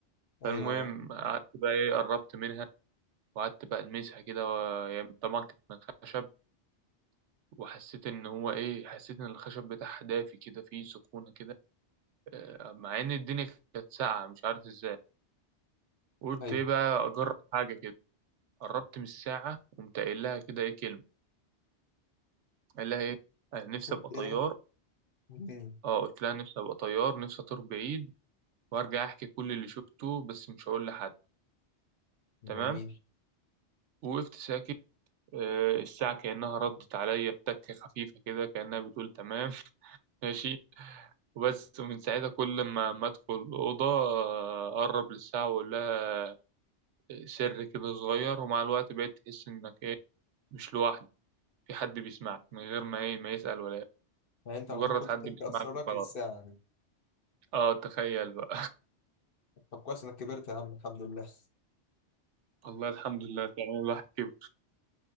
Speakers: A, on the left; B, on the right.
A: ايوه
B: فالمهم
A: آه.
B: قعدت بقى ايه قربت منها وقعدت بقى المسها كده و... يعني طبعا كانت من خشب وحسيت ان هو ايه حسيت ان الخشب بتاعها دافي كده فيه سخونه كده آه، مع ان الدنيا كانت ساقعه مش عارف ازاي قلت
A: ايوه
B: ايه بقى اجرب حاجه كده قربت من الساعه قمت قايل لها كده ايه كلمه قال لها ايه انا نفسي
A: كنت
B: ابقى طيار
A: ايه بقى مم.
B: اه قلت لها نفسي ابقى طيار نفسي اطير بعيد وارجع احكي كل اللي شفته بس مش هقول لحد تمام
A: جميل
B: وقفت ساكت آه، الساعة كأنها ردت عليا بتكة خفيفة كده كأنها بتقول تمام <laughs> ماشي وبس من ساعتها كل ما ما ادخل الأوضة آه، أقرب للساعة وأقول لها آه، سر كده صغير ومع الوقت بقيت تحس إنك إيه مش لوحدك في حد بيسمعك من غير ما إيه ما يسأل ولا يعمل.
A: يعني انت
B: مجرد
A: على طول كنت
B: حد
A: بتحكي
B: بيسمعك
A: اسرارك
B: وخلاص
A: للساعه دي
B: اه تخيل بقى
A: طب كويس انك كبرت يا عم الحمد لله
B: <laughs> والله الحمد لله فعلا الواحد كبر